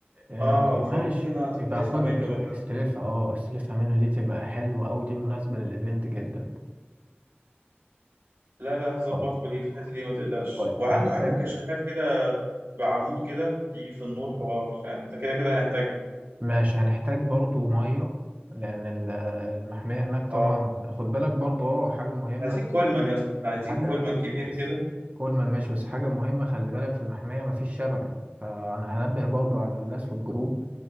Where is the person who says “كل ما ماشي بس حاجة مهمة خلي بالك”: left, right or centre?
Right